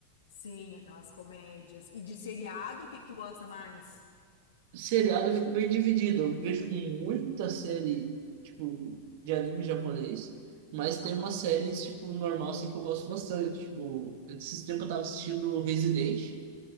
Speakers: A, on the left; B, on the right.
A: sim, aquelas comédias. E de seriado, o que que tu gosta mais?
B: Seriado eu fico bem dividido. Eu vejo muita série, tipo, de anime japonês, mas tem
A: Aham.
B: uma série, tipo, normal, assim, que eu gosto bastante. Tipo, esses tempos eu tava assistindo Resident,